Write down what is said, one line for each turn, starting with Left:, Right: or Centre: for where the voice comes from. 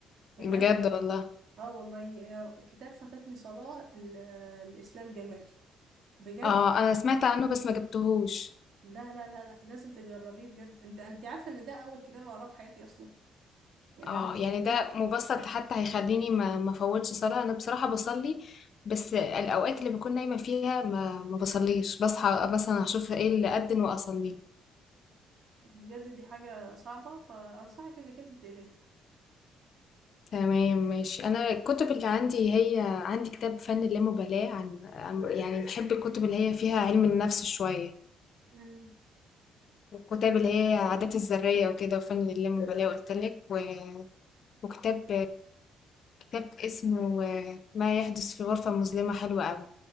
Right: تمام
Left: بجد والله
Right: اه والله آه، كتاب فاتتني صلاه ال- الاسلام جمال بجد
Left: اه انا سمعت عنه بس ما جبتهوش
Right: لا لا لا لا لازم تجربيه بجد ده انت عارفه ان ده اول كتاب اقراه في حياتي اصلا يعني
Left: اه
Right: انا
Left: يعني ده
Right: انا
Left: مبسط حتى هيخليني ما ما فوتش صلاة انا بصراحة بصلي بس الاوقات اللي بكون نايمة فيها ما ما بصليش بصحى مثلا اشوف ايه اللي اذن واصلي
Right: بجد دي حاجه صعبه فانصحك انك انت تقريه
Left: تمام ماشي انا الكتب اللي عندي هي عندي كتاب فن اللامبالاة عن عن- يعني بحب الكتب اللي هي فيها علم النفس شوية
Right: مم.
Left: والكتاب اللي هي عادات الذرية وكده وفن اللامبالاة قلت لك و... وكتاب كتاب اسمه آه، ما يحدث في غرفة مظلمة حلو قوي